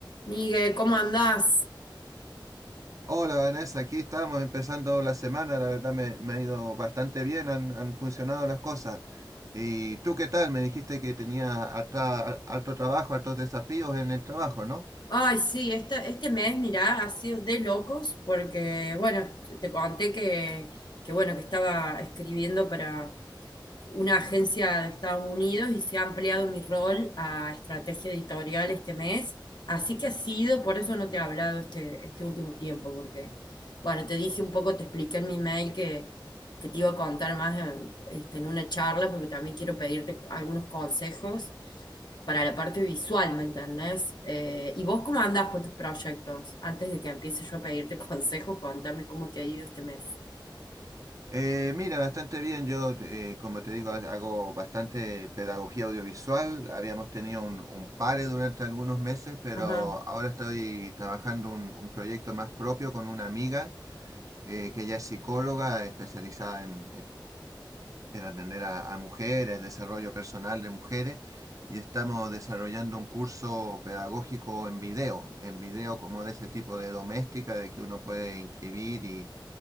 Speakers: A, on the left; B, on the right.
A: Miguel, ¿cómo andás?
B: Hola Vanessa, aquí estamos empezando la semana, la verdad me, me ha ido bastante bien, han, han funcionado las cosas. ¿Y tú qué tal? Me dijiste que tenía harta- harto trabajo, hartos desafíos en el trabajo, ¿no?
A: Ay, sí, este, este mes, mirá, ha sido de locos porque, bueno, te conté que, que, bueno, que estaba escribiendo para una agencia de Estados Unidos y se ha ampliado mi rol a estrategia editorial este mes. Así que ha sido, por eso no te he hablado este, este último tiempo, porque, bueno, te dije un poco, te expliqué en mi mail que, que te iba a contar más en, este, en una charla, porque también quiero pedirte algunos consejos. para la parte visual, ¿me entendés? Eh, ¿y vos cómo andás con tus proyectos? Antes de que empiece yo a pedirte <laughs> consejos, contame cómo te ha ido este mes.
B: Eh, mira, bastante bien, yo eh, como te digo, ha- hago bastante pedagogía audiovisual, habíamos tenido un, un pare durante algunos meses, pero
A: Ajá,
B: ahora estoy trabajando un, un proyecto más propio con una amiga eh, que ella es psicóloga especializada en en atender a, a mujeres, el desarrollo personal de mujeres, y estamos desarrollando un curso pedagógico en video, en video como de ese tipo de doméstica, de que uno puede inscribir y,